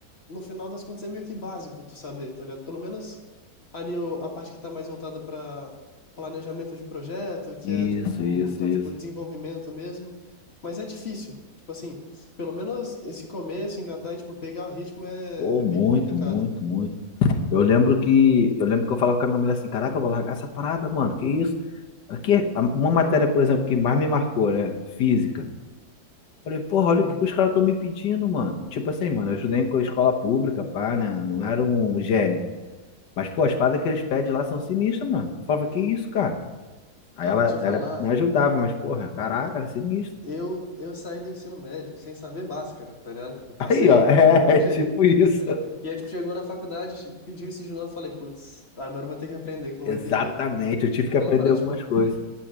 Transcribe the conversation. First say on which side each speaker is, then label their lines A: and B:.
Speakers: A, on the left (about 40°); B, on the left (about 80°).
A: no final das contas é meio que básico tu saber, tá ligado? Pelo menos ali o- a parte que tá mais voltada para planejamento de projeto, que
B: Isso,
A: é, tipo, ou
B: isso,
A: então,
B: isso.
A: tipo, desenvolvimento mesmo. Mas é difícil. Tipo assim, pelo menos esse começo, engatar e, tipo, pegar o ritmo é,
B: Pô,
A: é
B: muito,
A: bem complicado.
B: muito, muito. Eu lembro que eu lembro que eu falava com a minha mulher assim, caraca, eu vou largar essa parada, mano. Que isso? Aqui, é a- uma matéria, por exemplo, que mais me marcou, né? Física. Falei, porra, olha
A: Uhum.
B: o que que os caras estão me pedindo, mano. Tipo assim, mano, eu estudei em co- escola pública, pá, né? Não era um gênio. Mas, pô, as paradas que eles pedem lá são sinistras, mano. Eu falava, que isso, cara? Aí
A: Cara,
B: ela,
A: te
B: ela
A: falar,
B: me ajudava, mas, porra, caraca, era sinistro.
A: eu, eu saí do ensino médio sem saber Bhaskara, tá ligado? Eu passei,
B: Aí, ó, <laughs> é,
A: de algum
B: é
A: jeito.
B: tipo isso.
A: tá ligado? E aí, tipo, chegou na faculdade, pediu isso de novo, eu falei, putz, agora eu vou ter que aprender, que não
B: Exatamente,
A: vai ter jeito.
B: eu tive que
A: Aquela
B: aprender
A: parada,
B: algumas
A: tipo,
B: coisas.